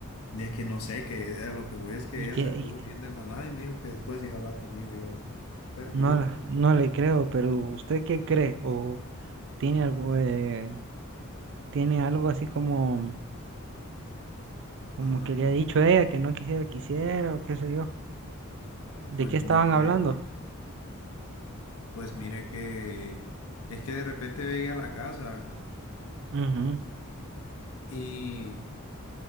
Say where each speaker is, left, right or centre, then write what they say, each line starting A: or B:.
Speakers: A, on the left; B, on the right.
A: es que no sé, que a lo que voy es que
B: ¿Y
A: ella
B: qué?
A: se puso
B: y-
A: bien de la nada y me dijo que después iba a hablar conmigo, y yo, perdido.
B: No, no le creo, pero ¿usted qué cree? ¿O tiene algo, eh, tiene algo así como, como
A: Ajá,
B: que le ha dicho ella que no quisiera, quisiera, o qué sé yo? ¿De
A: pues
B: qué
A: mire
B: estaban
A: que,
B: hablando?
A: pues mire que, es que de repente llegué a la casa
B: Ujú,
A: y,